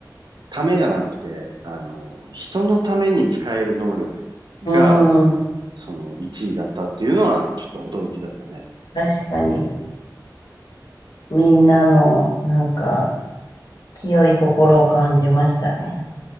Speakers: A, on the right; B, on the left.
A: ためじゃなくて、あの、人のために使える能力
B: うー
A: が、
B: ん、
A: その1位だったっていうのは、ちょっと驚きだったね。
B: 確かに。みんなの、なんか、清い心を感じましたね。